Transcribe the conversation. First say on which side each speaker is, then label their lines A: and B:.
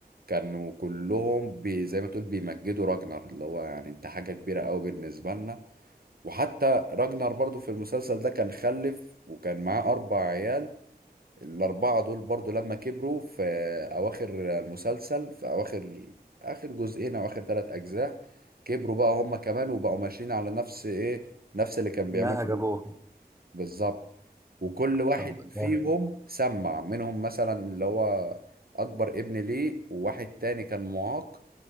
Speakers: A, on the right (about 65°); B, on the right (about 15°).
A: كانوا كلهم بي زي ما تقول بيمجدوا راجنر اللي هو يعني أنت حاجة كبيرة قوي بالنسبة لنا وحتى راجنر برضو في المسلسل ده كان خلف وكان معاه أربع عيال الأربعة دول برضو لما كبروا في أواخر المسلسل في أواخر آخر جزئين أو آخر ثلاث أجزاء كبروا بقى هما كمان وبقوا ماشيين على نفس إيه نفس اللي كان بيعمله
B: نهج ابوه
A: بالظبط وكل واحد
B: اه
A: فيهم
B: جامد
A: سمع منهم مثلا اللي هو أكبر ابن ليه وواحد تاني كان معاق